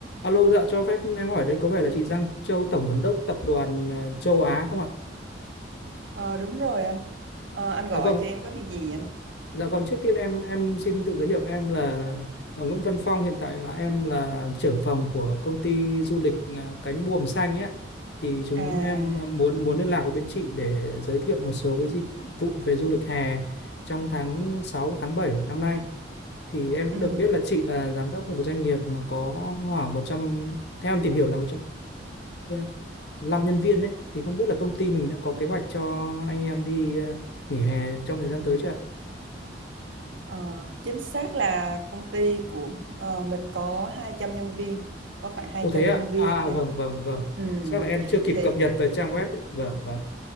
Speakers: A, on the left; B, on the right.
A: Alo, dạ cho phép em hỏi đây có vẻ là chị Giang Châu, Tổng Giám đốc Tập đoàn ờ, Châu Á không ạ?
B: Ờ, đúng rồi anh. Ờ, anh gọi
A: Dạ vâng,
B: cho em có việc gì anh?
A: dạ vâng. Trước tiên em em xin tự giới thiệu em là, là Nguyễn Văn Phong. Hiện tại là em là trưởng phòng của công ty du lịch ờ, Cánh Buồm Xanh ấy. ạ. Thì chúng
B: À,
A: em ờ, muốn muốn liên lạc với bên chị để giới thiệu một số cái dịch vụ về du lịch hè trong tháng 6 tháng 7 năm nay. thì em cũng
B: ừm,
A: được biết là chị là giám đốc một cái doanh nghiệp mà có khoảng một trăm theo em tìm hiểu là 165 nhân viên đấy thì không biết là công ty mình đã có kế hoạch cho anh em đi ờ, nghỉ hè trong thời gian tới chưa ạ?
B: ờ, chính xác là công ty của ờ, mình có 200 nhân viên, có khoảng hai
A: Ồ thế
B: trăm
A: ạ.
B: nhân viên
A: À à,
B: nha.
A: vâng vâng vâng.
B: Ừm,
A: Chắc là em chưa kịp
B: thì
A: cập nhật về trang web ấy. Vâng vâng.